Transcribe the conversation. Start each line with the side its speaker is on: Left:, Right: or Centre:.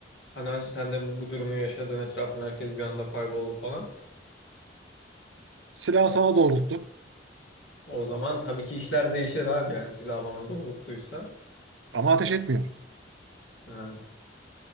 Left: Hani "Hacı, sen de bu durumu yaşadığın etrafında herkes bir anda kayboldu falan.
Right: Silah sana doğrulttu
Left: O zaman tabii ki işler değişir abi yani silah bana doğrulttuysa.
Right: ama ateş etmiyor.
Left: Ha.